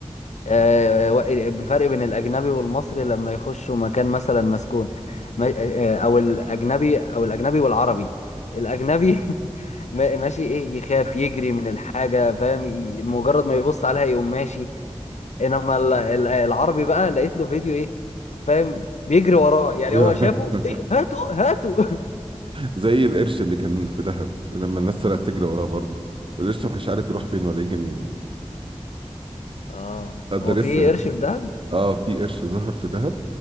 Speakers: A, on the left; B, on the right.
A: آه، و- بالفرق بين الأجنبي والمصري لما يخشوا مكان مثلا مسكون ما- آه، أو الأجنبي أو الأجنبي والعربي الأجنبي <laughs> ما- ماشي إيه يخاف يجري من الحاجة فاهم ي- مجرد ما يبص عليها يقوم ماشي إنما ال- ال- العربي بقى لقيت له فيديو إيه فاهم بيجري وراه يعني
B: دي-
A: هو شافه إيه هاتوا هاتوا <laughs>
B: زي القرش اللي كان في دهب لما الناس طلعت تجري وراه برضه والقرش ما كانش عارف يروح فين ولا يجي منين
A: آه
B: قد
A: هو
B: لسه
A: في قرش في دهب
B: اه في قرش ظهر في دهب